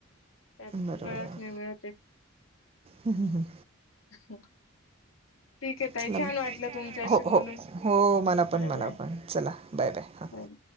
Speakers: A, on the left; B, on the right.
A: त्यात
B: बरोबर
A: वेळच नाही मिळत
B: हुं हुं हुं
A: <inaudible> ठीक आहे ताई.
B: चला
A: छान वाटलं तुमच्याशी
B: हो हो
A: बोलून.
B: हो मला
A: बाय
B: पण मला
A: बाय
B: पण चला बाय हां
A: बाय.